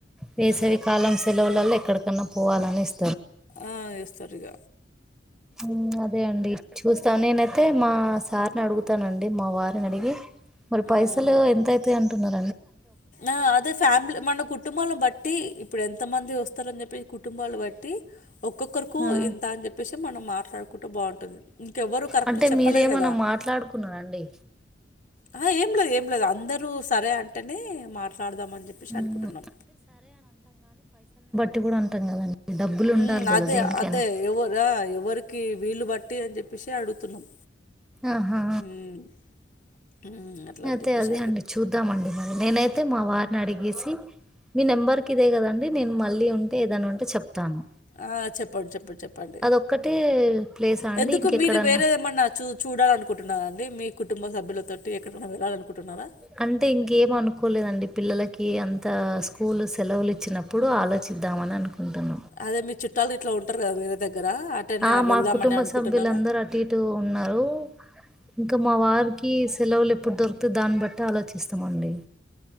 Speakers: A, in the centre; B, on the left.
A: వేసవి
B: ఆ!
A: కాలం సెలవులలో ఎక్కడకన్నా పోవాలనిస్త
B: ఆ ఇస్తారు ఇగ
A: మ్ అదే అండి చూస్తాం నేనైతే మా సార్ని అడుగుతానండి మా వారిని అడిగి మరి పైసలు
B: ఆహా!
A: ఎంతయిత అంటున్నారు
B: ఆ అదే ఫ్యామిలీ మన కుటుంబాల బట్టి ఇప్పుడు ఎంత మంది వస్తారని చెప్పి కుటుంబాలు బట్టి ఒక్కొక్కరుకు
A: ఆ
B: ఇంత అని చెప్పేసి మనం మాట్లాడు కుంటూ బాగుంటుంది ఇంకెవ్వరు కరెక్ట్
A: అంటే
B: చెప్పలేదు
A: మీరేమన్నా
B: కదా
A: మాట్లాడుకున్నారండి
B: ఆహా ఏం లేదు ఏం లేదు అందరూ సరే అంటేనే మాట్లాడదాం అని చెప్పేసి
A: మ్మ్
B: అనుకుంటున్నాం
A: టుగురుంటున్ కదండి డబ్బులు ఉండాలి
B: మ్
A: కదా
B: అదే
A: దేనికైనా
B: అదే ఎవరు ఆ ఎవరికి వీలు బట్ట టి అని చెప్పేసి అడుగుతున్నాం
A: ఆహా
B: ఉమ్ ఉమ్ అట్లా
A: అయితే
B: అని చెప్పేసి
A: అదే అండి చూద్దామండి మరి నేనయితే మా వారిని అడిగేసి మీ నెంబర్ కిదే కదండి నేను మళ్ళీ ఉంటే ఏదనా ఉంటే చెప్తాను
B: ఆ చెప్పండి చెప్పండి చెప్పండి
A: అదొక్కటే ప్లేసా అండి
B: ఎందుకు
A: ఇంకెక్కడన్నా
B: మీరు వేరే ఏమన్నా చూ చూడాలనుకుంటున్నరా అండి మీ కుటుంబ సభ్యులతోటి ఎక్కడైనా వెళ్ళాలనుకుంటున్నారా
A: అంటే ఇంకేం అనుకోలేదండి పిల్లలకి అంత స్కూల్ సెలవులు ఇచ్చినప్పుడు ఆలోచిద్దామని అనుకుంటునము
B: అదే మీ చూట్టాలు ఇట్లా ఉంటారు కదా వేరే దగ్గర అటైనా
A: ఆ మా
B: వెళ్దామని
A: కుటుంబ
B: అనుకుంటున్నారా
A: సభ్యులందరు అటు ఇటు ఉన్నారు ఇంకా మా వారికి సెలవులు ఎప్పుడు దొరుకుతె దాన్ని బట్టి ఆలోచిస్తామండి